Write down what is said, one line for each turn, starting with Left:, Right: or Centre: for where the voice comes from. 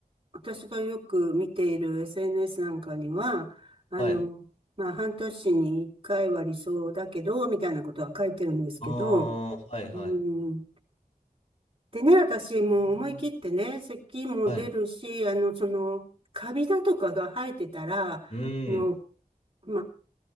Right: 私がよく見ている SNS なんかには、あの、
Left: はい。
Right: まあ、半年に一回は理想だけど、みたいなことは書いてるんですけど、
Left: ああ、はい、はい。
Right: うん、でね、私もう思い切ってね、
Left: うん
Right: 咳も出るし、
Left: はい。
Right: あの、その、カビだとかが生えてたら、あの、
Left: うーん、
Right: ま